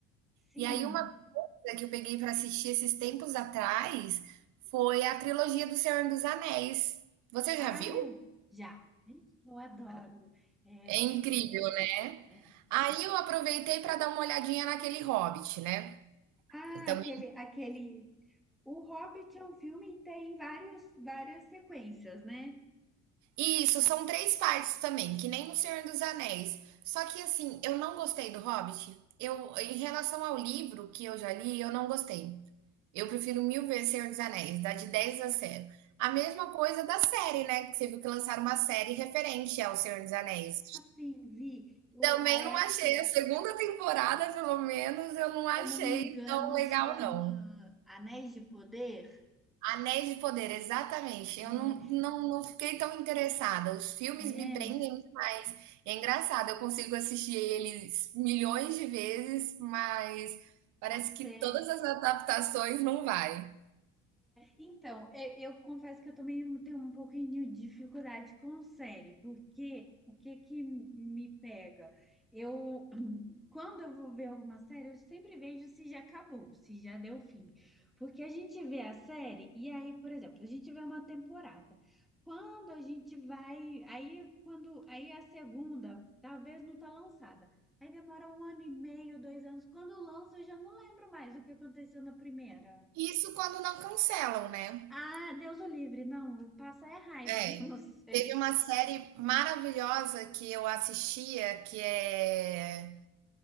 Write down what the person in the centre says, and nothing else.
sim.
Ai,
já. Gente, Eu adoro. É,
é.
ah,
aquele, aquele. O Hobbit é um filme e tem vários, várias sequências, né?
Sim, vi. O,
aí
acho
que,
se eu não me engano,
chama
Anéis de Poder.
É,
é.
A
série.
Então, é, eu confesso que eu também tenho um pouquinho de dificuldade com série, porque o que que me pega? Eu, <clears throat> quando eu vou ver alguma série, eu sempre vejo se já acabou, se já deu fim. Porque a gente vê a série e aí, por exemplo, a gente vê uma temporada. Quando a gente vai, aí quando, aí a segunda, talvez não tá lançada. Aí demora um ano e meio, dois anos. Quando lança, eu já não lembro mais do que aconteceu na primeira.
Ah, Deus o livre. Não, passa é raiva
<laughs> vendo série.